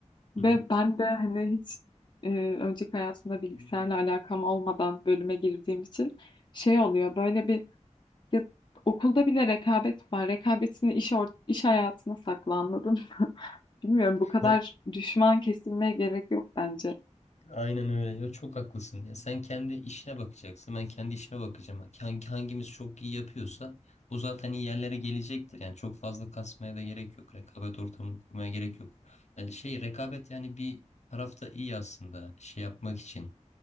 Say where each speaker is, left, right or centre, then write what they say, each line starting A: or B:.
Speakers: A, on the left; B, on the left.
A: Ve
B: hı.
A: ben de hani hiç e, önceki hayatımda bilgisayarla
B: <laughs>
A: alakam olmadan bölüme girdiğim için şey oluyor. Böyle bir ya, okulda bile rekabet var. Rekabetini iş, or iş hayatına sakla anladın mı? <laughs> Bilmiyorum bu kadar
B: Evet,
A: düşman kesilmeye gerek yok bence.
B: Aynen öyle. Ya çok haklısın ya. Sen kendi işine bakacaksın. Ben kendi işime bakacağım. Hangi, hangimiz çok iyi yapıyorsa o zaten iyi yerlere gelecektir. Yani çok fazla kasmaya da gerek yok. Rekabet ortamını kurmaya gerek yok. Yani şey rekabet yani bir tarafta iyi aslında şey yapmak için.